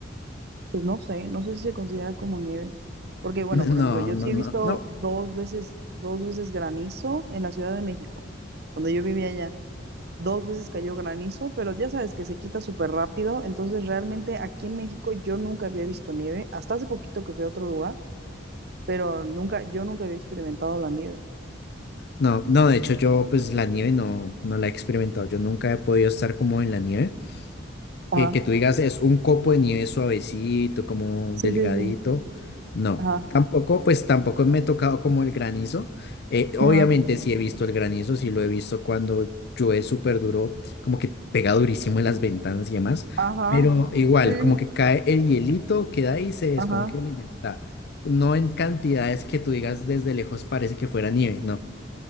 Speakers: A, on the right (about 60°); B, on the left (about 60°).
A: Pues no sé, no sé si se considera como nieve. Porque,
B: <laughs>
A: bueno,
B: No,
A: por ejemplo, yo
B: no,
A: sí
B: no,
A: he visto
B: no.
A: dos veces, dos veces granizo en la Ciudad de México, cuando yo vivía allá. Dos veces cayó granizo, pero ya sabes que se quita súper rápido. Entonces, realmente aquí en México yo nunca había visto nieve, hasta hace poquito que fui a otro lugar, pero nunca, yo nunca había experimentado la nieve.
B: No, no, de hecho yo pues la nieve no, no la he experimentado. Yo nunca he podido estar como en la nieve.
A: Ajá,
B: que, que tú digas es un copo de nieve suavecito, como
A: sí,
B: delgadito.
A: sí, sí.
B: No,
A: Ajá,
B: tampoco, pues tampoco me he tocado como el granizo. Eh, obviamente
A: ajá,
B: sí he visto el granizo, sí lo he visto cuando llueve súper duro, como que pega durísimo en las ventanas y demás.
A: ajá,
B: Pero igual,
A: sí,
B: como que cae el hielito, queda ahí, se descongela
A: ajá.
B: y ya está. No en cantidades que tú digas desde lejos parece que fuera nieve, no,